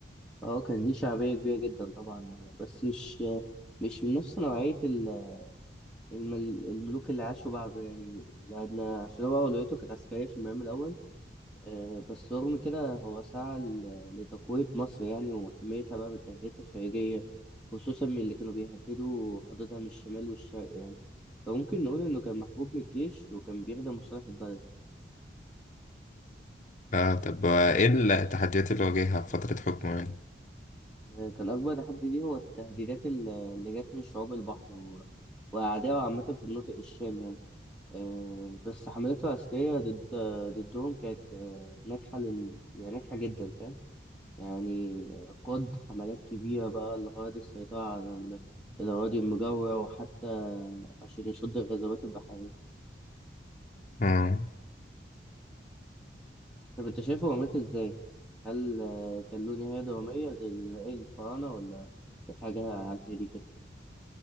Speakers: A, in the centre; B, on the left.
A: اه كان ليه شعبية كبيرة جدا طبعا بس مش مش من نفس نوعية ال- الم- الملوك اللي عاشوا بعده يعني لأن عشان هو أولويته كانت عسكرية في المقام الأول آه، بس رغم كده هو سعى ل- لتقوية مصر يعني وحمايتها بقى من التهديدات الخارجية خصوصا من اللي كانوا بيهددوا حدودها من الشمال والشرق يعني فممكن نقول إنه كان محبوب من الجيش وكان بيخدم مصالح البلد
B: آه طب وإيه التحديات اللي واجهها في فترة حكمه يعني؟
A: آه، كان أكبر تحدي ليه هو التهديدات اللي اللي جت من شعوب البحر و- وأعدائه عامة في مناطق الشام يعني. آه، بس حملته العسكرية ضد ضدهم كانت آه، ناجحة لل... يعني ناجحة جدا فاهم يعني آه، قاد حملات كبيرة بقى لغرض السيطرة على ال- الأراضي المجاورة وحتى عشان يصد الغزوات البحرية
B: مم.
A: طب أنت شايفه هو مات إزاي؟ هل آه، كان له نهاية درامية زي باقي الفراعنة ولا كانت حاجة على الهادي كده؟